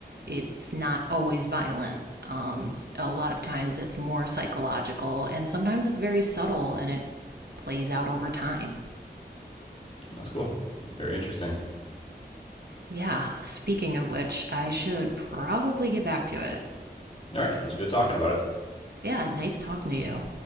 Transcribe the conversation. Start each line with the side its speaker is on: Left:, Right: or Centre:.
Right: It's not always violent. Um, s- a lot of times it's more psychological, and sometimes it's very subtle and it plays out over time.
Left: That's cool. Very interesting.
Right: Yeah, speaking of which, I should probably get back to it.
Left: All right. It was good talking about it.
Right: Yeah, nice talking to you.